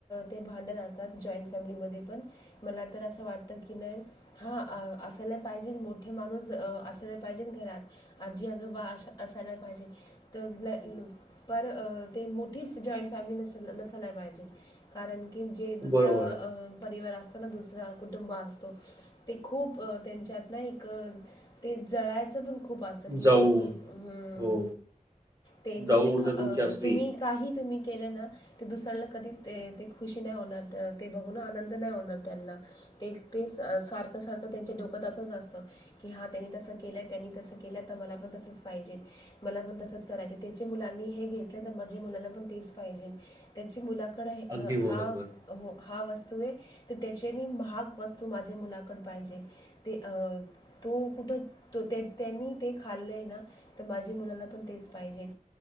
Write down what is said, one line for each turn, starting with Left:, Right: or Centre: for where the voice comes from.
Left: ते भांडण असतात जॉईंट फॅमिलीमध्ये ते पण, मला तर असं वाटतं की नाय हा असायला पाहिजे, मोठे माणूस असायला पाहिजे घरात. आजी आजोबा असायला पाहिजेत. तर <unintelligible> पर ते मोठीच जॉईंट फॅमिली नसून, नसायला पाहिजे. कारण की जे दुसरं
Right: बरोबर आहे.
Left: अं परिवार असतो ना, दुसरा कुटुंब असतो. ते खूप त्यांच्यात ना एक ते जळायचं पण खूप खूप असतं.
Right: जाऊ
Left: हा तुम्ही, हू,
Right: हो
Left: ते दुसरे
Right: जाऊ
Left: खा,
Right: जर
Left: अं
Right: तुमची असली
Left: तुम्ही काही तुम्ही केलं ना, ते दुसऱ्याला कधीच ते, ते खुशी नाही होणार, ते बघून ना आनंद आनंद नाही होणार त्यांना. ते ते सारखं सारखं त्यांच्या डोक्यात असंच असतं. की हा त्यांनी तसं केलंय, त्यांनी तसं केलंय तर, मला पण तसंच पाहिजे. मला पण तसंच करायचंय. त्याची मुलांनी हे घेतलं तर माझी मुलाला पण तेच पाहिजे. त्याची मुलाकडे, हं
Right: अगदी
Left: हा,
Right: बरोबर.
Left: हो हा वस्तू ए तरं त्यांच्याने महांग वस्तूं माझ्यां मुलांकडं पाहिजे ते अं तो कुठं तो त्यां त्यांनी ते खाल्लंय नां तरं माझ्यां मुलांला पणं तेचं पाहिजे.